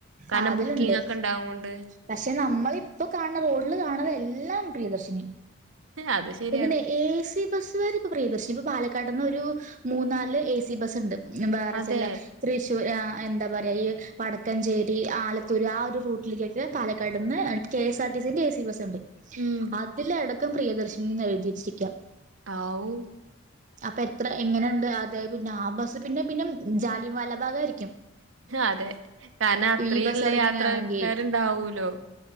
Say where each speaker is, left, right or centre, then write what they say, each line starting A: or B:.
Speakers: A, on the right; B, on the right.
A: കാരന
B: ആ അതിലുണ്ട്.
A: ബുക്കിംഗ ഒക്കെ ഇണ്ടാവോണ്ട്
B: പക്ഷെ നമ്മളിപ്പ കാണണ റോഡില് കാണത എല്ലാം പ്രിയ ദർശിനിയാ.
A: അത് ശരിയാണ്.
B: എന്നെ എ സി ബസ്കർ ഇപ്പൊ പ്രിയദർശി ഇപ്പൊ പാലക്കാട്ന്ന് ഒരു മൂന്ന നാല് എ സി ബസ് ണ്ട് ബാറച്ചെല്ല
A: അതെ.
B: തൃശ്ശൂർ ആ എന്താ പറയുക ഈ വടക്കഞ്ചേരി ആലത്തൂർ ആ ഒരു റൂട്ടിലേക്കൊക്കെ പാലക്കാട് നിന്ന് K S R T A C bus ഉണ്ട്
A: ഉം.
B: അതില അടക്കം പ്രിയദർശനന്ന് എഴുതിച്ചിരിക്ക.
A: ആ ഊ
B: അപ്പൊ എത്ര എങ്ങനെയുണ്ട് അതെ പിന്നെ ആ ബസ് പിന്നെ പിന്നെ ജാലിയ വാലാ ഭാഗ് ആയിരി
A: അതെ കാരണം അത്രയുംല്ല
B: ഈ ബസ്സുകൾ എങ്ങനെയാണെങ്കി
A: യാത്രക്കാരുണ്ടാവല്ലോ